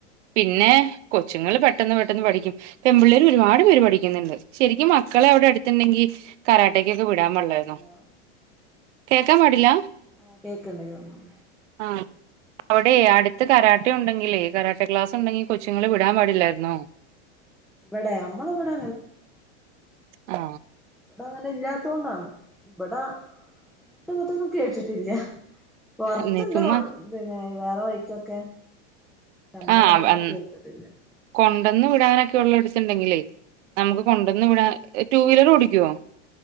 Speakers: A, on the right (about 80°); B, in the centre.
A: പിന്നെ ഏ കൊച്ചുങ്ങൾ പെട്ടെന്ന് പെട്ടെന്ന് പഠിക്കും പെപിള്ളേർ ഒരുപാട് പേര് പഠിക്കുന്നുണ്ട് ശരിക്കും മക്കളെ അവിടെടു ണ്ടെങ്കി കറരാട്ടക്കൊക്കെ വിടാൻ പാടില്ലായിുന്നോ
B: ഹലോ
A: കേക്കാൻ പാടില്ല
B: ആ കേക്കണ്ടങ്കി വന്നോണ്ട്
A: ആ അവിടെയ അടുത്ത് കരാട്ട ഉണ്ടെങ്കിലേ കരാട്ടെ ക്ലാസ് ഉണ്ടെങ്കിൽ കൊച്ചുങ്ങള്ൾ വിടാൻ പാടില്ലായിരുന്നോ
B: ഇവിടെ നമ്മളെ ഇവിടെ
A: ആ
B: ഇവിട അങ്ങനെ ഇല്ലാത്ത കൊണ്ടാണ് ഇവിട അങ്ങത്തെ മറ്റൊന്നും കേട്ടിട്ടില്ല പുറത്ത്ന്താ
A: ന്ന് ചുമ്മാ
B: കൊ പിന്നെ വേറെ വഴിക്കൊക്കെ നമ്മളവിടെ
A: ആഹ്
B: അങ്ങനെ
A: അൻ
B: കേട്ടിട്ടില്ലേ
A: കൊണ്ടന്ന് വിടാനൊക്കെ ഉള്ള ഒടിച്ച ഉണ്ടെങ്കിലേ നമുക്ക്
B: അതെ
A: കൊണ്ടുവന്ന് വിടാ ടു വീലർ ഓടിക്കുവോ